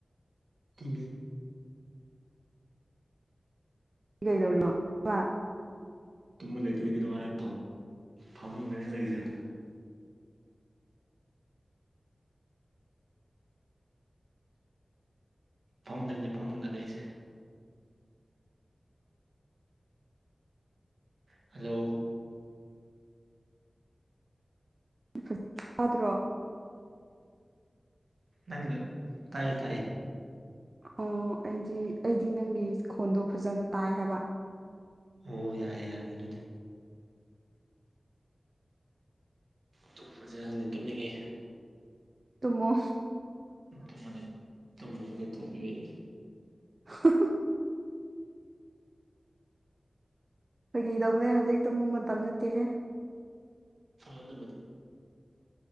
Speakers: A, on the right; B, on the right.
A: ꯀꯦ
B: ꯀꯩꯗꯧꯅꯣ ꯋꯥ
A: ꯇꯨꯝꯕ ꯂꯩꯇꯗꯤ ꯀꯩꯗꯧꯉꯥꯏ ꯐꯃꯨꯡꯗꯅ ꯂꯩꯁꯦ ꯐꯃꯨꯡꯗꯅꯤ ꯐꯃꯨꯡꯗꯅꯤ ꯂꯩꯁꯦ ꯍꯜꯂꯣ
B: ꯐꯖ ꯌꯥꯗ꯭ꯔꯣ
A: ꯅꯪꯗ ꯇꯌꯦ ꯇꯥꯏꯌꯦ
B: ꯑꯣ ꯑꯩꯗꯤ ꯑꯩꯗꯤ ꯅꯪꯒꯤ ꯈꯣꯟꯗꯣ ꯐꯖꯅ ꯇꯥꯏ ꯍꯥꯏꯕ
A: ꯑꯣ ꯌꯥꯔꯦ ꯌꯥꯔꯦ ꯑꯗꯨꯗꯤ ꯗꯨꯝꯃꯁꯤꯔ ꯈꯪꯗ‌ꯦ ꯇꯨꯝꯅꯤꯡꯉꯦ
B: ꯇꯃꯣ
A: ꯇꯨꯝ ꯇꯨꯝꯃꯅ ꯂꯩꯊꯣꯛꯄꯤꯔꯛꯏ
B: ꯍ ꯐꯒꯤꯗꯧꯅꯦ ꯍꯧꯖꯤꯛ ꯇꯨꯝꯕ ꯃꯇꯝ ꯅꯠꯇꯦꯍꯦ
A: ꯍ ꯑꯗꯨꯕꯨꯗꯤ